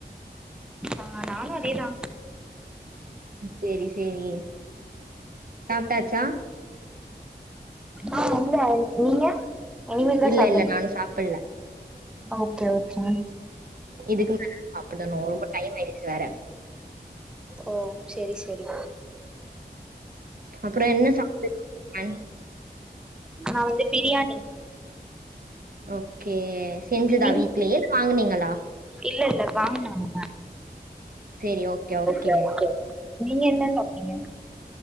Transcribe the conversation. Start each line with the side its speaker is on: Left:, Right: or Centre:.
Centre: அ நானு அதேதா
Right: சேரி சேரி சாப்ட்டாச்சா
Centre: ஆ இல்ல நீங்க இனிமேல்தா
Right: இல்ல
Centre: சாப்டனு
Right: இல்ல நானு சாப்பல்ல
Centre: ஓகே ஓகே
Right: இதுக்கு மேல சாப்படனு ரொம்ப டைம் ஆயிடுச்சு வேற
Centre: ஓ செரி செரி
Right: அப்றோ என்ன <inaudible>
Centre: நா வந்து பிரியாணி
Right: ஓகே செஞ்சதா
Centre: நீ
Right: வீட்லயே இல்ல வாங்கனிங்களா
Centre: இல்ல இல்ல வாங்குனாங்க
Right: சேரி ஓகே ஓகேங்க
Centre: தா நீங்க என்ன சாப்ட்டிங்க